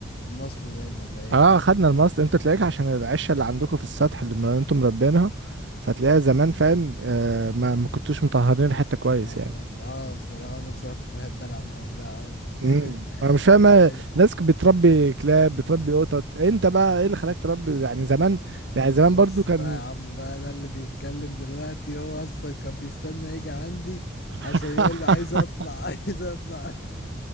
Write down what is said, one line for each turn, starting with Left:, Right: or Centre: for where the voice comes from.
Left: المصل باين ولا ايه
Right: اه خدنا المصل انت تلاقيك عشان العشه اللي عندكم في السطح اللي من- انتم مربينها فتلاقيها زمان فاهم آه ما ما كنتوش مطهرين الحته كويس
Left: اه
Right: يعني
Left: آه، بصراحة انا بصراحة كنت بحب العب مع البتاع اوي
Right: امم
Left: <laughs>
Right: انا مش فاهم آه،
Left: أيوة.
Right: ناس بتربي كلاب بتربي قطط انت بقى ايه اللي خلاك تربي يعني زمان
Left: آه،
Right: يعني زمان
Left: بس
Right: برضو كان
Left: بقى يا عم بقى ده اللي بيتكلم دلوقتي هو اصلا كان بيستنى يجي عندي
Right: <laughs>
Left: عشان يقول لي عايز اطلع <laughs> عايز اطلع